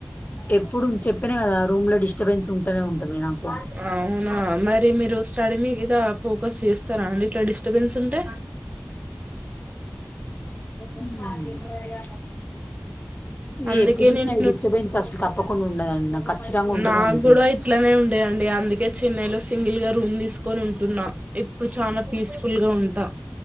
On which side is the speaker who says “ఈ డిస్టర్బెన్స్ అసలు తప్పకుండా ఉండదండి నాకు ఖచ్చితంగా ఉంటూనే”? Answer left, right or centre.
Left